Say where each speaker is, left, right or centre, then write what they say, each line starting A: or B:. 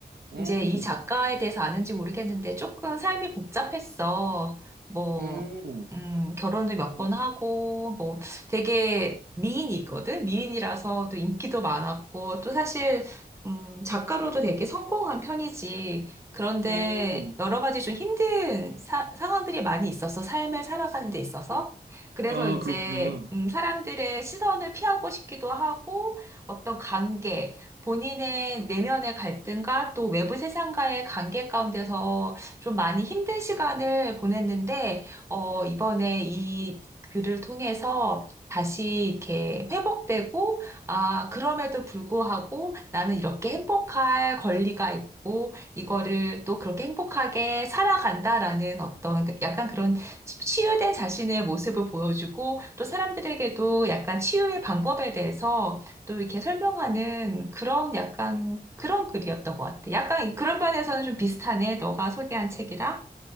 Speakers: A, on the right; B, on the right.
A: 음,
B: 이제 이 작가에 대해서 아는지 모르겠는데 조금 삶이 복잡했어. 뭐,
A: 음,
B: 음, 결혼도 몇 번 하고, 뭐, 되게 미인이거든? 미인이라서 또 인기도 많았고, 또 사실, 음, 작가로도 되게 성공한 편이지. 그런데
A: 음.
B: 여러 가지 좀 힘든 사- 상황들이 많이 있어서 삶을 살아가는 데 있어서. 그래서
A: 아,
B: 이제,
A: 그렇구나.
B: 음, 사람들의 시선을 피하고 싶기도 하고, 어떤 관계, 본인의 내면의 갈등과 또 외부 세상과의 관계 가운데서 좀 많이 힘든 시간을 보냈는데, 어, 이번에 이 글을 통해서 다시 이렇게 회복되고, 아, 그럼에도 불구하고 나는 이렇게 행복할 권리가 있고, 이거를 또 그렇게 행복하게 살아간다라는 어떤 그 약간 그런 치유된 자신의 모습을 보여주고, 또 사람들에게도 약간 치유의 방법에 대해서 또 이렇게 설명하는 그런 약간 그런 글이었던 것 같아. 약간 이- 그런 면에서는 좀 비슷하네. 너가 소개한 책이랑.